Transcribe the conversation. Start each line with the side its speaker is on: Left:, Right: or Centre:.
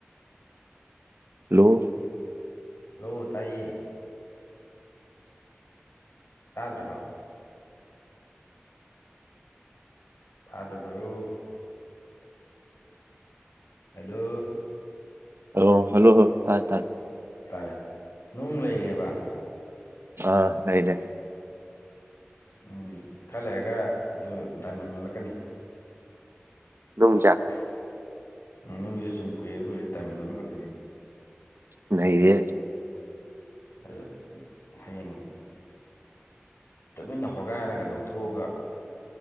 Right: ꯍꯜꯂꯣ
Left: ꯍꯜꯂꯣ ꯇꯥꯏꯌꯦ ꯇꯥꯗ꯭ꯔꯕꯣ ꯊꯥꯗꯕ꯭ꯔꯣ ꯍꯂꯣ
Right: ꯑꯣ ꯍꯜꯂꯣ <unintelligible> ꯇꯥꯏ ꯇꯥꯏ
Left: ꯇꯥꯔꯦ ꯅꯨꯡ ꯂꯩꯔꯦꯕ
Right: ꯑꯥ ꯂꯩꯩꯔꯦ
Left: ꯎꯝ ꯈꯔ ꯂꯩꯔꯒ ꯑꯗꯨ ꯗꯥꯏꯃꯟ ꯅꯣꯜꯂꯛꯀꯅꯤ
Right: ꯨꯅꯨꯡꯖꯦ
Left: <unintelligible> ꯅꯨꯡꯁꯦ ꯁꯨꯝ ꯀꯨꯏꯔ ꯀꯨꯏꯔ ꯇꯥꯏꯃꯟ ꯑꯣꯟꯂꯛꯀꯗꯣꯏꯅꯦ
Right: <unintelligible>
Left: <unintelligible> ꯍꯌꯦꯡ ꯇꯨꯃꯤꯟꯅ ꯍꯣꯒꯥꯏꯔꯒ ꯂꯧꯊꯣꯛꯑꯒ